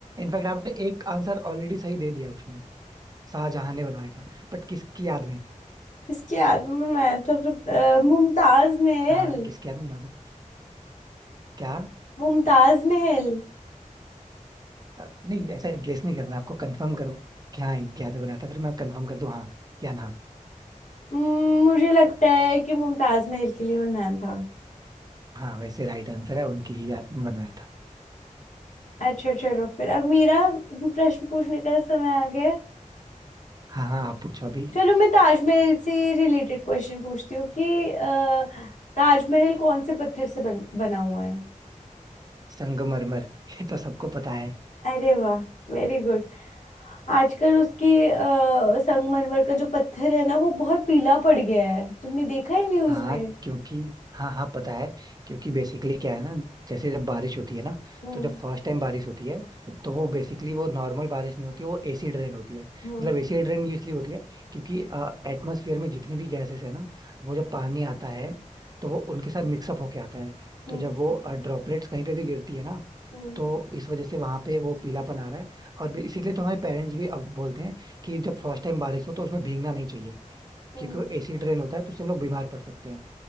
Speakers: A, on the right; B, on the left.
A: इनफैक्ट आपने एक आंसर ऑलरेडी सही दे दिया उसमें शाहजहां ने बनवाया था बट किसकी याद में
B: किसके याद में बनवाया था बत- अ, मुमताज महल
A: हाँ किसकी याद में बनाया था क्या
B: मुमताज महल
A: अ, नहीं ऐसा गेस नहीं करना आपको कंफर्म करो कि हाँ इनकी याद में बनाया था फिर मैं कंफर्म कर दूं हाँ या ना
B: हम्म, मुझे लगता है कि मुमताज महल के लिए बनवाया था
A: हाँ वैसे राइट आंसर है उनकी ही याद में बनवाया था
B: अच्छा चलो फिर अब मेरा प्रश्न पूछने का समय आ गया है।
A: हाँ हाँ आप पूछो अभी
B: चलो मैं ताजमहल से रिलेटेड क्वेश्चन पूछती हूँ कि अ, ताजमहल कौन से पत्थर से बन, बना हुआ है?
A: संगमरमर ये तो सबको पता है
B: अरे वाह वेरी गुड आजकल उसकी अ, संगमरमर का जो पत्थर है ना वो बहुत पीला पड़ गया है तुमने देखा है न्यूज
A: हाँ
B: में
A: क्योंकि हाँ हाँ पता है क्योंकि बेसिकली क्या है ना जैसे जब बारिश होती है ना
B: हम्म
A: तो जब फर्स्ट टाइम बारिश होती है तो
B: हम्म
A: वो बेसिकली वो नॉर्मल बारिश नहीं होती है वो एसिड रेन होती है मतलब
B: हम्म
A: एसिड रेन इसलिए होती है क्योंकि एटमॉस्फेयर में जितनी भी गैसेस है ना वो जब पानी आता है तो वो उनके साथ मिक्सअप होके आता है
B: हम्म
A: तो जब वो ड्रॉपलेट्स कहीं पे भी गिरती है ना
B: हम्म
A: तो इस वजह से वहां पे वो पीलापन आ रहा है और इसीलिए तो हमारे पेरेंट्स भी अब बोलते हैं कि जब फर्स्ट टाइम बारिश हो तो उसमें भीगना नहीं चाहिए
B: हम्म।
A: क्योंकि वो एसिड रेन होता है तो उससे हम लोग बीमार पड़ सकते हैं